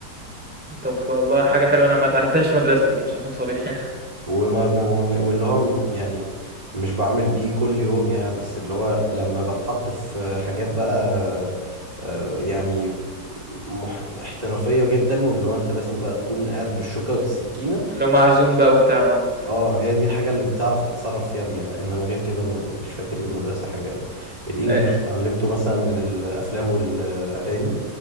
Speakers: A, in the centre; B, on the right.
A: طب والله حاجة حلوة أنا ما اتعلمتهاش في مدرستي عشان أكون صريح <laughs> هنا،
B: وما وما- واللي هو م- يعني مش بعمل بيه كل يوم يعني بس اللي هو لما بتحط في حاجات بقى آه، يعني مح... احترافية جدا واللي هو انت لازم بقى تكون قاعد بالشوكة والسكينة
A: اللي هو معزوم بقى وبتاع آه،
B: اه هي دي الحاجة اللي بتعرف تتصرف فيها بيها انما غير كده م- مش فاكر للمدرسة حاجة قوي الانجليش
A: آآ
B: اتعلمته مثلا من الافلام والاغاني